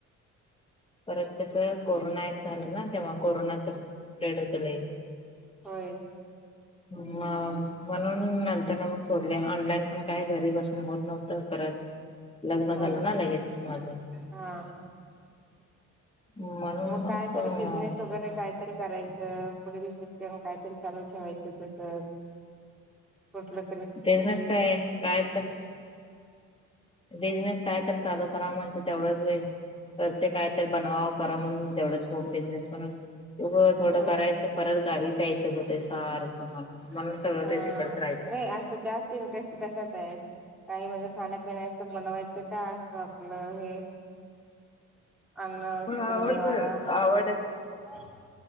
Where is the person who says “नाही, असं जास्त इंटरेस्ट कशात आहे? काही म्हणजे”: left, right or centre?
Centre